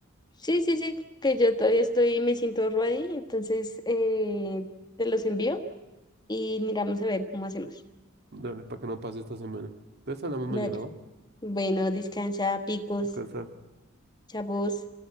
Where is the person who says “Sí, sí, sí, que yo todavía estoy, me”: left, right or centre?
Left